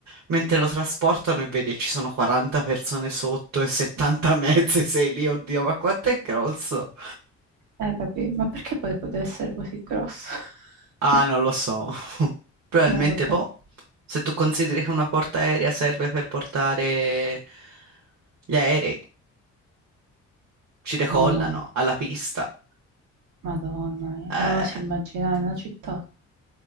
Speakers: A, on the right (about 65°); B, on the right (about 85°).
A: mentre lo trasportano e vedi che ci sono 40 persone sotto
B: <laughs>
A: e 70 <laughs> mezzi, sei lì, oddio, ma quanto è grosso?
B: Eh, capì? Ma perché poi deve essere così grosso?
A: Ah,
B: <laughs>
A: non lo so. <laughs> Probabilmente,
B: Non l'ho capito.
A: boh, se tu consideri che una porta aerea serve per portare gli aerei, ci decollano
B: Mamma mia,
A: alla pista.
B: Madonna mia,
A: Eh,
B: non oso immaginare una città.